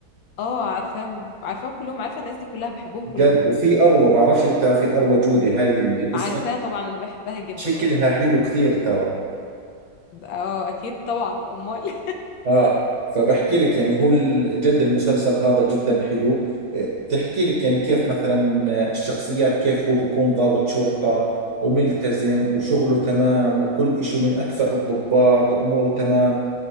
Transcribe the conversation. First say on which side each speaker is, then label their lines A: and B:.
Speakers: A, on the left; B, on the right.
A: اه عارفاهم عارفاهم كلهم عارفة الناس دي كلها بحبهم كلهم
B: جد وفي أروى بعرفش إذا بتعرفي أروى جودي هاي اللي اسمها
A: عارفاها طبعا انا بحبها جدا
B: شكلها
A: اصلا
B: حلو كثير ترى
A: اه اكيد طبعا امال
B: آه فبحكي لك يعني هو ال- جد المسلسل هذا جدا حلو إيه، بتحكي لك يعني كيف مثلا آه، الشخصيات كيف هو بيكون ضابط شرطة وملتزم وشغله تمام وكل إشي من أكفأ الضباط وأموره تمام